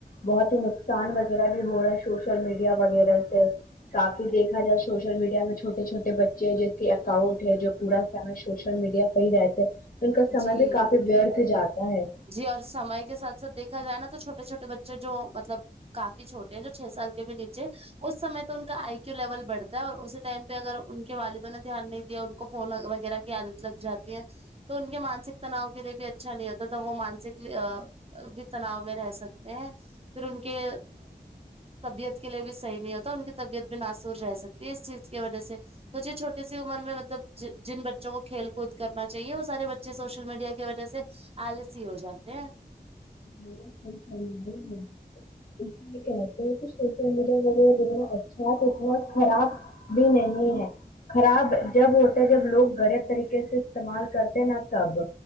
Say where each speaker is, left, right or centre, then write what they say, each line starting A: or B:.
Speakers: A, on the left; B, on the right.
A: بہت ہی نقصان وغیرہ بھی ہو رہا ہے سوشل میڈیا وغیرہ سے کافی دیکھا جا سوشل میڈیا میں چھوٹے چھوٹے بچے ہیں جس کے اکاؤنٹ ہے جو پورا سمے سوشل میڈیا پہ ہی رہتے ان کا سمے
B: جی
A: بھی کافی ورتھ جاتا ہے
B: جی اور سمے کے ساتھ ساتھ دیکھا جائے نا تو چھوٹے چھوٹے بچے جو مطلب کافی چھوٹے ہیں جو چھ سال کے بھی نیچے اس سمے تو ان کا آئی کییو لیول بڑتا ہے اور اسی ٹائم پہ اگر ان کے والدوں نے دھیان نہیں دیا ان کو فون وغیرہ عادت لگ جاتی ہے تو ان کے مانسک تناؤ کے لیے بھی اچھا نہیں ہوتا تھا وہ مانسک بھی تناؤ میں رہ سکتے ہیں پھر ان کے طبیعت کے لیے بھی صحیح نہیں ہوتا ان کی طبیعت بھی ناسور رہ سکتی ہے اس چیز کی وجہ سے سوچئے چھٹی سی عمر میں مطلب جن بچوں کو کھیل کود کرنا چاہیے سارے بچے سوشل میڈیا کی وجہ سے آلسی ہو جاتے ہیں
A: <unintelligible> م کر رہے <unintelligible> اس لیے کہتے ہیں کہ سوشل میڈیا وغیرہ جتنا اچھا ہے اتنا خراب بھی نہیں ہے خراب جب ہوتا ہے جب لوگ غریب طریقے سے استعمال کرتے ہیں نا تب